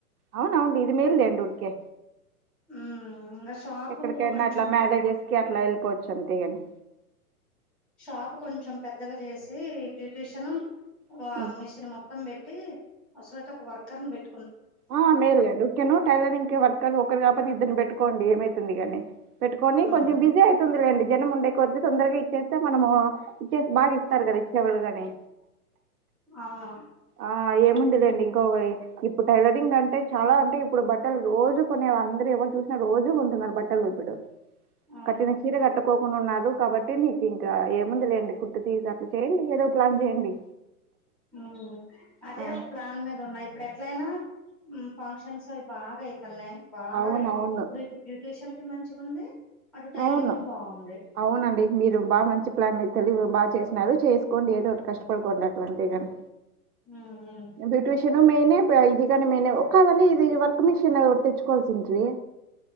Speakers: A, on the right; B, in the centre.
A: అవునా అండి ఇది మేల్ లేండి ఊర్కె.
B: ఉమ్ ఇంగ. షాపు
A: ఎక్కడికైనా
B: కొంచెం
A: అట్లా మ్యారేజెస్ కి అట్లా ఎళ్పోవచ్చు అంతే ఇగ మీరు.
B: షాప్ కొంచెం పెద్దగా చేసి బ్యూటీషన్
A: అంతేగాని
B: ఆహ్ మిషన్ మొత్ మొత్తం పెట్టి అసలైతే ఒక వర్కర్ ని పెట్.
A: ఆహ్ మేల్లేండి ఉకేను టైలరింగ్ కి వర్కర్ ఒకరు కాకపోతే ఇద్దని పెట్టుకోండి ఏమైతుంది గానీ. పెట్టుకొని
B: ఉమ్
A: కొంచెం బిజీ అయితుందిలేండి. జనం ఉండే కొద్ది తొందరగా ఇచ్చేస్తే మనము ఇచ్చేసి బాగిస్తారు కదా ఇచ్చేవోళ్ళు గని.
B: అవును.
A: ఆహ్ ఏముందిలేండి ఇంకొగ్వొయ్ ఇప్పుడు టైలరింగ్ అంటే చాలా అంటే ఇప్పుడు బట్టలు రోజు కొనే అందరు ఎవరు చూసినా రోజుగోంటున్నారు బట్టలిపుడు
B: అవును
A: కట్నిన చీర కట్టక్. కోకుండా ఉన్నారు కాబట్టి నీకింకా ఏముంది లేండి కుట్టు తీసి అట్లా చేయండి ఏదో ప్లాన్ చేయండి.
B: ఉమ్ అదే
A: ఆ
B: ఒక ప్లాన్ మీదున్నా ఇప్పుడెట్లయినా ఉమ్ ఫంక్షన్సో. బాగా అయితున్నాయి బాగా
A: అవునవును
B: రేట్ ఇప్పుడు
A: అవును
B: ఇటు బ్యూటీషియన్ కి మంచిగుంది. అటు టైలరింగ్
A: అవును
B: కి బాగుంది
A: అవునండి మీరు బాగా మంచి ప్లాన్ మీద్ తెలివి బాగ్ చేసినారు. చేసుకొండి ఏదొటి కష్టపడుకోండి అట్లా అంతెగాని
B: ఉమ్
A: బ్యూటిషను మేనె అబ్బె ఇది గాని మేనే ఒకదండి ఇది వర్క్ మిషన్ ఒట్ తెచ్చుకోల్సింట్రి.